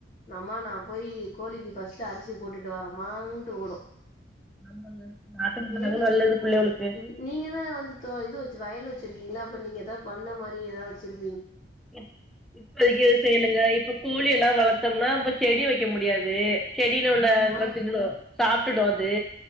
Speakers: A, on the left; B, in the centre.
A: நம்மா நா போயி கோழிக்கி ஃபஸ்ட்டு அரிசி போட்டுட்டு வரமான்ட்டு ஓடு
B: ஆமாங்க நாட்டு முட்ட
A: நீங்க
B: தாங்க நல்லது புள்ளைகளுக்கு
A: நீ நீங்கதா வந்து தோ இது வச் ச்சு வயல் வச்சிருக்கீங்களா அப்ப நீங்க எதா பண்ண மாரி எதா வச்சிரு
B: இப் இப்போதைக்கி எது செய்யலங்க இப்ப கோழி எல்லா வளத்தோம்னா அப்ப செடி வைக்க முடியாது செடில உள்ள
A: ஆ
B: சத்துகளு சாப்ட்டுடு அது